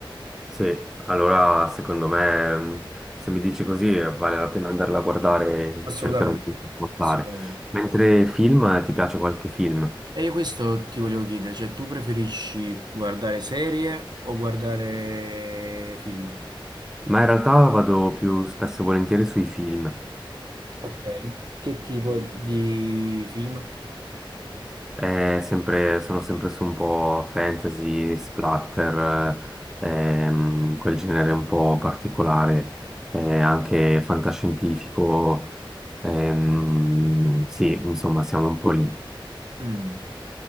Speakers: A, in the centre; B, on the right.
A: Sì, allora secondo me, mh, se mi dici così, eh, vale la pena andarla a guardare
B: Assolutamente,
A: e cercherò di guardare.
B: assolutamente.
A: Mentre film, eh, ti piace qualche film?
B: E io questo ti volevo chiedere, cioè tu preferisci guardare serie o guardare film?
A: Ma in realtà vado più spesso e volentieri sui film.
B: Ok. Che tipo di film?
A: È sempre- sono sempre su un po' fantasy, splatter, eh, ehm, quel genere un po' particolare, eh, anche fantascientifico. ehm, sì, insomma, siamo un po' lì.
B: Mm.